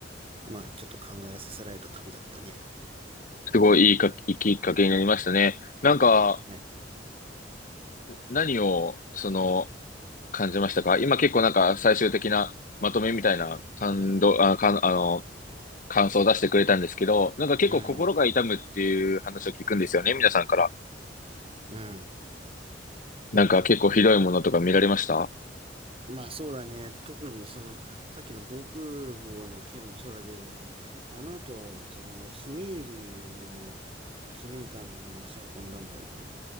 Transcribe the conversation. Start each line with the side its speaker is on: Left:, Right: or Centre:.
Right: まあ、ちょっと考えさせられた旅だったね。
Left: すごいいいか、いいきっかけになりましたね。なんか
Right: ね。
Left: 何をその感じましたか今結構なんか最終的なまとめみたいな感動、あ、かん、あの、感想を出してくれたんですけど、なんか結構心が痛むっていう話を聞くんですよね、
Right: うん。
Left: 皆さんから。
Right: うん。
Left: なんか結構ひどいものとか見られました
Right: まあそうだね。特にその、さっきの防空壕の件もそうだけど、あの後、その、ひめゆりの記念館にも足運んだんだよね。